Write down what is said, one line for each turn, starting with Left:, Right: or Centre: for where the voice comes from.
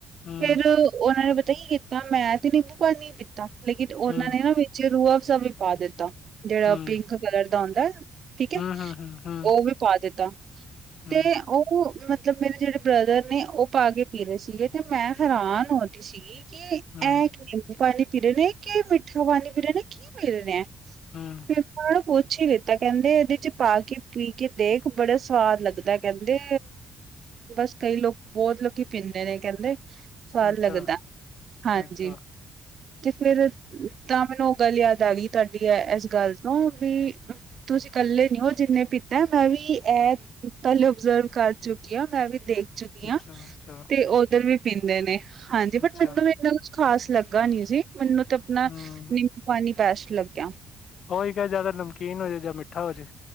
Left: ਹੂੰ
Right: ਫੇਰ ਉਹਨਾਂ ਨੇ ਪਤਾ ਕੀ ਕੀਤਾ, ਮੈਂ ਤੇ ਨਿੰਬੂ ਪਾਣੀ ਪੀਤਾ ਲੇਕਿਨ ਉਹ
Left: ਹੂੰ
Right: ਨੇ ਨਾ ਰੂਅਬਸਾ ਵੀ ਪਾ ਦਿੱਤਾ, ਜਿਹੜਾ
Left: ਹੂੰ
Right: ਪਿੰਕ ਕਲਰ ਦਾ ਹੁੰਦਾ। ਠੀਕ ਹੈ
Left: ਹੂੰ ਹੂੰ ਹੂੰ ਹੂੰ
Right: ਉਹ ਵੀ ਪਾ ਦਿੱਤਾ।
Left: ਹੂੰ
Right: ਤੇ ਉਹ ਮਤਲਬ ਮੇਰੇ ਜਿਹੜੇ ਬ੍ਰਦਰ ਨੇ, ਉਹ ਪਾ ਕੇ ਪੀ ਰਹੇ ਸੀਗੇ ਤੇ ਮੈਂ- ਹੈਰਾਨ ਹੋਦੀ ਸੀਗੀ, ਕਿ ਇਹ
Left: ਹੂੰ
Right: ਕਿਵੇਂ? ਪਾਣੀ ਪੀ ਰਹੇ ਨੇ ਕਿ ਮਿੱਠਾ ਪਾਣੀ ਪੀ ਰਹੇ ਨੇ, ਕੀ ਪੀ ਰਹੇ ਰਹੇ ਨੇ ਏਹ,
Left: ਹੂੰ
Right: ਫੇਰ ਨੂੰ ਪੁੱਛ ਹੀ ਲਿਤਾ। ਤਾਂ ਕਹਿੰਦੇ ਇਹਦੇ ਚ ਪਾ ਕੇ ਪੀ ਕੇ ਦੇਖ, ਬੜਾ ਸਵਾਦ ਲੱਗਦਾ ਕਹਿੰਦੇ। ਬਸ ਕਈ ਲੋਕ ਬਹੁਤ ਲੋਕੀ ਪੀਂਦੇ ਨੇ ਕਹਿੰਦੇ। ਸਵਾਦ
Left: ਅੱਛਾ
Right: ਲੱਗਦਾ, ਹਾਂਜੀ
Left: ਅੱਛਾ
Right: ਤੇ ਫੇਰ ਤਾਂ ਮੈਨੂੰ ਉਹ ਗੱਲ ਯਾਦ ਆ ਗਈ ਤੁਹਾਡੀ ਇਸ ਗੱਲ ਤੋਂ ਵੀ ਤੁਸੀਂ ਇਕੱਲੇ ਨੀ ਹੋ। ਜਿੰਨੇ ਪਿਤਾ ਮੈਂ ਵੀ ਇਹ, ਪਹਿਲੇ ਓਬਜ਼ਰਵ ਕਰ ਚੁੱਕੀ ਹਾ, ਮੈਂ ਵੀ ਦੇਖ ਚੁੱਕੀ
Left: ਅੱਛਾ
Right: ਆਂ
Left: ਅੱਛਾ
Right: ਤੇ ਉੱਧਰ ਵੀ ਪੀਂਦੇ ਨੇ। ਹਾਂਜੀ ਬਟ
Left: ਅੱਛਾ
Right: ਮੈਨੂੰ ਵੀ ਇਨਾ ਕੁ- ਖ਼ਾਸ ਲੱਗਾ ਨੀ ਸੀ। ਮੈਨੂੰ ਤੇ ਆਪਣਾ
Left: ਹੂੰ
Right: ਨਿੰਬੂ ਪਾਣੀ ਬੈਸਟ ਲੱਗਿਆ।
Left: ਉਹੀ ਕਿਆ ਜਾਂ ਤਾਂ ਨਮਕੀਨ ਹੋ ਜਾਏ, ਜਾਂ ਮਿੱਠਾ ਹੋ ਜਾਏ।